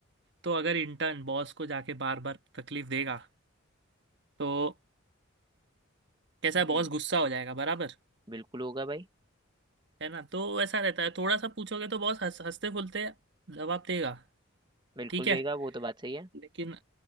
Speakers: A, on the right; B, on the right.
A: तो अगर इंटर्न बॉस को जाके बार बार तकलीफ देगा तो कैसा
B: हम्म
A: है बॉस गुस्सा हो जाएगा बराबर
B: बिल्कुल होगा भाई
A: है ना तो ऐसा रहता है थोड़ा सा पूछोगे तो बॉस हंस हंसते फुलते जवाब देगा
B: बिल्कुल
A: ठीक है
B: देगा वो तो बात सही है
A: लेकिन